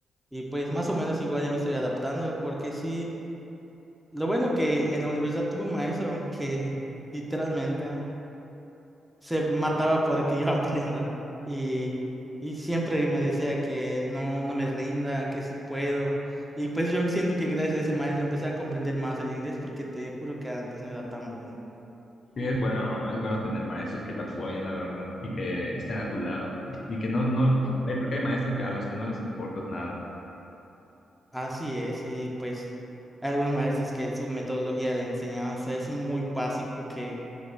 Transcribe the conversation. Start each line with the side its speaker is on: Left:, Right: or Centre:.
Centre: y pues más o menos igual ya me estoy adaptando porque sí, lo bueno que en la universidad tuve un maestro que literalmente se mataba para que yo <laughs> aprenda y, y siempre me decía que no, no me rinda, que sí puedo, y pues yo siento que gracias a ese maestro empecé a comprender más el inglés porque te juro que antes no era tan bueno.
Left: Sí, es bueno, es bueno tener maestros que te apoyen, la verdad, y que estén a tu lado. Y que no, no, hay, porque hay maestros que a los que no les importa nada.
Centre: Así es, y pues hay algunos maestros que su metodología de enseñanza es muy básico que